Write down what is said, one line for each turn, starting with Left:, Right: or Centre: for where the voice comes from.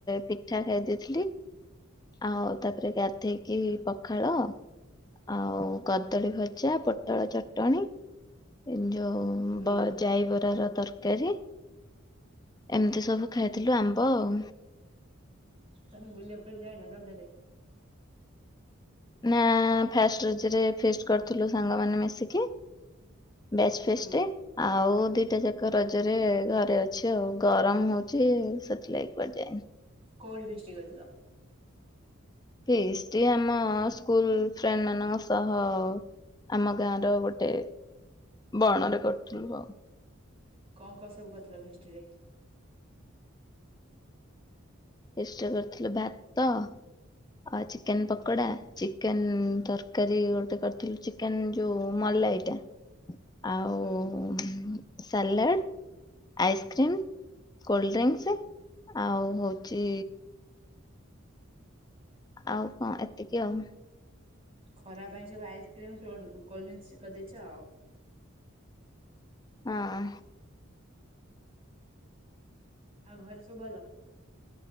Left: ପିଠା ଖାଇ ଦେଇଥିଲି। ଆଉ ତାପରେ ଗାଧେଇକି ପଖାଳ ଆଉ କଦଳୀ ଭଜା, ପୋଟଳ ଚଟଣିୀ ଏ ଯୋଉ-
Right: ହୁଁ
Left: ବ ଯାଇ ବରା ର ତର୍ କାରି ଏମ୍ତି ସବୁ ଖାଇଥିଲୁ ଆମ୍ବ ଆଉ।
Right: ତମେ ବୁଲିଆକୁ କୁଆଡେ ଯାଇନ ରଜ ରେ?
Left: ନାଁ, ଫାଷ୍ଟ ରଜ ରେ ଫିଷ୍ଟ କରିଥିଲୁ ସାଙ୍ଗମାନେ ମିଶିକି। ବ୍ୟାଚ୍ ଫିଷ୍ଟି।
Right: ହୁଁ
Left: ଆଉ ଦିଟା ଯାକ ରଜରେ ଘରେ ଅଛି ଆଉ, ଗରମ୍ ହଉଚି ସେଥିଲାଗି କୁଆଡେ ଯାଇନି।
Right: କୋଉଠି ଫିଷ୍ଟି କରିଥିଲ?
Left: ଫିଷ୍ଟି ଆମ ସ୍କୁଲ୍ ଫ୍ରେଣ୍ଡ ମାନଙ୍କ ସହ ଆମ ଗାଁ ର ଗୋଟେ ବଣରେ କରିଥିଲୁ ଆଉ।
Right: କଣ-କଣ ସବୁ କରିଥିଲ ଫିଷ୍ଟି ରେ?
Left: ଫିଷ୍ଟ୍ ରେ କରିଥିଲୁ ଭାତ ଆଉ ଚିକେନ୍ ପକୋଡା, ଚିକେନ୍ ତରକାରୀ ଗୋଟେ କରଥିଲୁ ଚିକ୍ କେନ୍ ଯୋଉ ମଲାଇଟା ଆଉ
Right: ହୁଁ
Left: ସାଲାଡ୍ ଆଇସ୍କ୍ରିମ୍, କୋଲ୍ଡଡ୍ରିଙ୍କସି ଆଉ ହଉଚି ଆଉ କଣ ଏତିକି ଆଉ।
Right: ଖରା ପାଇଁ ସବୁ ଆଇସ୍କ୍ରିମ୍, କୋଲ କୋଲ୍ଡ୍ରିଙ୍କସ୍ କରିଦେଇଚ ଆଉ।
Left: ହଁ।
Right: ଆଉ ଘରେ ସବୁ ଭଲ?